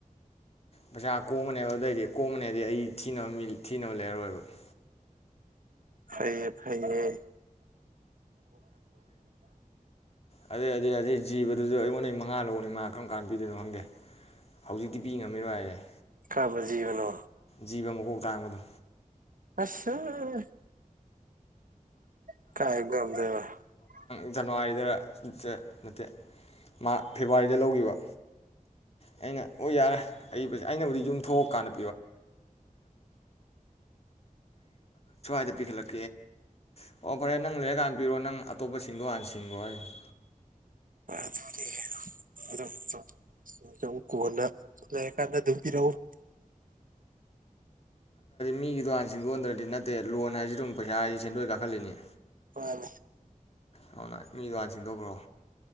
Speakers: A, on the left (about 45°); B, on the right (about 75°).
A: ꯄꯩꯁꯥ ꯀꯣꯝ ꯃꯅꯤ ꯑꯗꯦꯏꯗꯤ ꯀꯣꯝꯃꯥꯅꯤ ꯍꯥꯏꯗꯤ ꯊꯤꯅꯕꯥ ꯂꯩꯔꯔꯣꯏ ꯑꯥ ꯕ
B: ꯐꯩ ꯑ ꯐꯩ ꯑ
A: ꯑꯦꯗꯩꯩ ꯖꯤꯕꯗꯨꯁꯨ ꯃꯉꯥ ꯂꯧꯕꯅꯤ ꯀꯔꯝ ꯀꯟꯗ ꯄꯤꯗꯣꯏꯅꯣ ꯀꯨꯪꯗꯦ ꯍꯖꯤꯛ ꯇꯤ ꯄꯤꯕꯥ ꯉꯝꯃꯤꯔꯣꯏ ꯍꯥꯏ ꯑꯥ
B: ꯀꯔꯝꯕꯥ ꯖꯤꯕꯅꯨ
A: ꯖꯤꯕꯥ ꯃꯀꯣꯛ ꯇꯥꯪꯕꯗꯨ
B: ꯑꯁꯥꯁ <unintelligible>
A: ꯖꯅꯨꯅꯔꯨ ꯗ ꯅꯠꯇꯦ ꯃꯥ ꯗꯦꯕꯨꯔꯤ ꯗ ꯂꯧꯒꯤꯕꯥ ꯋꯥꯏꯅꯕꯨꯗꯨ ꯍꯣꯏ ꯌꯥꯔꯦ ꯑꯩꯅꯕꯨꯗꯤ ꯌꯨꯝ ꯊꯣꯀ ꯀꯅ ꯗ ꯄꯤꯔꯀ ꯎ ꯍꯥꯏꯕꯅꯤ ꯍꯣ ꯇꯥꯔꯦ ꯅꯒ ꯂꯩꯔꯀ ꯀꯟꯗꯥ ꯄꯤꯔꯛ ꯑꯣ ꯑꯇꯣꯞꯄ ꯁꯤꯪꯗꯣ ꯍꯟꯅꯥ ꯁꯤꯪ ꯑꯣ ꯍꯥꯏꯒꯤꯕꯅꯤ
B: ꯑꯗꯨꯅꯤ ꯑꯗꯨꯝ <unintelligible>
A: ꯃꯤꯒꯤꯗꯨ ꯍꯟꯅꯥ ꯁꯤꯪꯗꯣꯛ ꯍꯟꯗꯔꯥ ꯗ ꯅꯠꯇꯦ ꯂꯣꯟ ꯍꯥꯏ ꯕꯨ ꯁꯦꯟꯗꯣꯏ ꯀꯈꯠ ꯂꯤꯅꯤ
B: ꯃꯃꯤ
A: ꯑꯗꯨꯅ ꯃꯤꯗꯤꯗꯨ ꯍꯟꯅꯥ ꯁꯤꯪꯗꯣꯛ ꯈꯔꯣ